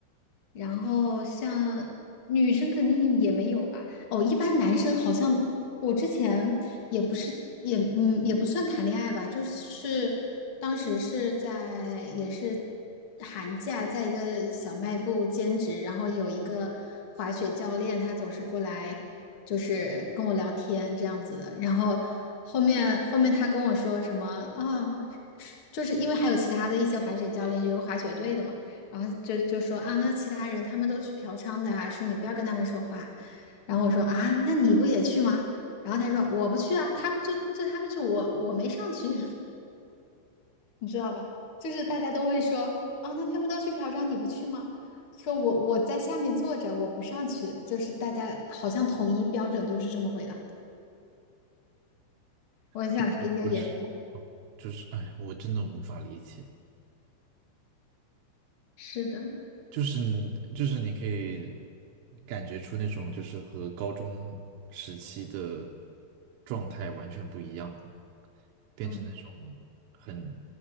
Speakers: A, on the left; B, on the right.
A: 然后像女生肯定也没有吧。哦，一般男生好像我之前也不是也嗯也不算谈恋爱吧，就是当时是在也是寒假，在一个小卖部兼职，然后有一个滑雪教练，他总是过来就是跟我聊天这样子的，然后后面后面他跟我说什么啊，是是就是因为还有其他的一些滑雪教练，有个滑雪队的嘛，然后就就说啊，那其他人他们都去嫖娼的啊，说你不要跟他们说话。然后我说啊，那你不也去吗？然后他说我不去啊，他们就就他们去，我我没上去，<laughs> 你知道吧？就是大家都会说啊，那他们都去嫖娼，你不去吗？说我我在下面坐着，我不上去，就是大家好像统一标准都是这么回答的。我想他应该也是
B: 就是我是就是哎呀，我真的无法理解，
A: 是的，
B: 就是你就是你可以感觉出那种就是和高中时期的状态完全不一样，变成那种很
A: 嗯，